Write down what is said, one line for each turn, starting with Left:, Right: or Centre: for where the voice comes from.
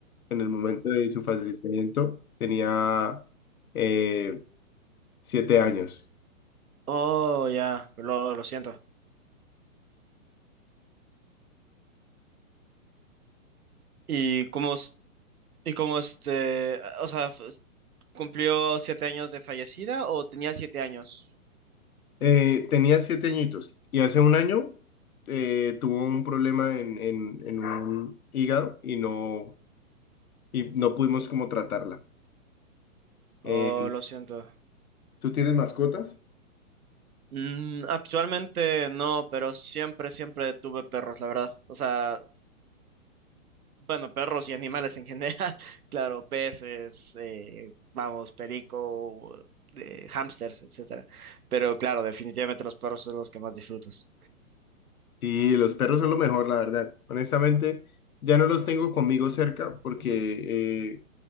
Left: en el momento de su fallecimiento, tenía eh, siete años.
Right: Oh, ya, lo, lo siento. ¿Y cómo, es- y cómo este, o sea, f- cumplió siete años de fallecida o tenía siete años?
Left: Eh, tenía siete añitos y hace un año eh, tuvo un problema en, en, en un hígado y no, y no pudimos como tratarla. Eh,
Right: Oh, lo siento.
Left: ¿Tú tienes mascotas?
Right: Mm, actualmente no, pero siempre, siempre tuve perros, la verdad. O sea, bueno, perros y animales en general. <laughs> Claro, peces, eh, vamos, perico, eh, hámsters, etcétera. Pero claro, definitivamente los perros son los que más disfrutas.
Left: Sí, los perros son lo mejor, la verdad. Honestamente, ya no los tengo conmigo cerca porque eh,